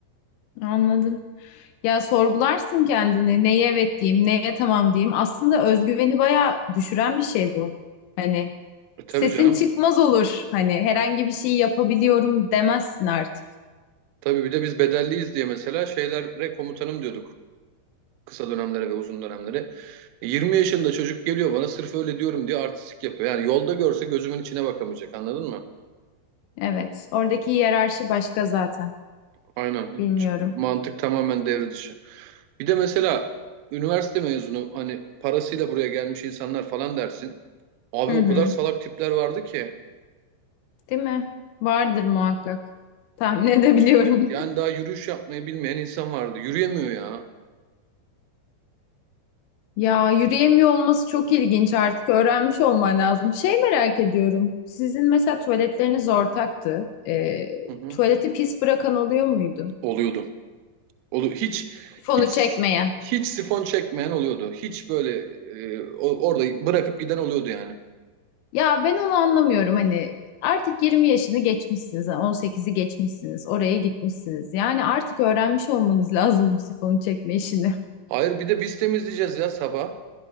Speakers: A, on the left; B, on the right.
A: Anladım. Ya sorgularsın kendini. Neye evet diyeyim, neye tamam diyeyim. Aslında özgüveni bayağı düşüren bir şey bu. Hani
B: E, tabii
A: sesin
B: canım.
A: çıkmaz olur. Hani herhangi bir şeyi yapabiliyorum demezsin artık.
B: Tabii bir de biz bedelliyiz diye mesela şeylere komutanım diyorduk. Kısa dönemlere ve uzun dönemlere. E, 20 yaşında çocuk geliyor bana sırf öyle diyorum diye artistik yapıyor. Yani yolda görse gözümün içine bakamayacak anladın mı?
A: Evet. Oradaki hiyerarşi başka zaten.
B: Aynen. Hiç
A: Bilmiyorum.
B: Mantık tamamen devre dışı. Bir de mesela üniversite mezunu hani parasıyla buraya gelmiş insanlar falan dersin. Abi
A: Hı
B: o
A: hı.
B: kadar salak tipler vardı ki.
A: Değil mi? Vardır muhakkak. Tahmin edebiliyorum.
B: Yani
A: <laughs>
B: daha yürüyüş yapmayı bilmeyen insan vardı. Yürüyemiyor ya.
A: Ya yürüyemiyor olması çok ilginç artık. Öğrenmiş olman lazım. Şey merak ediyorum. Sizin mesela tuvaletleriniz ortaktı. Ee,
B: Hı hı.
A: tuvaleti pis bırakan oluyor muydu?
B: Oluyordu. Olu hiç
A: Fonu
B: hiç
A: çekmeye.
B: hiç sifon çekmeyen oluyordu. Hiç böyle e, o- orada bırakıp giden oluyordu yani.
A: Ya ben onu anlamıyorum hani artık 20 yaşını geçmişsiniz, yani 18'i geçmişsiniz, oraya gitmişsiniz. Yani artık öğrenmiş olmanız lazım bu sifonu çekme işini.
B: Hayır bir de biz temizleyeceğiz ya sabah.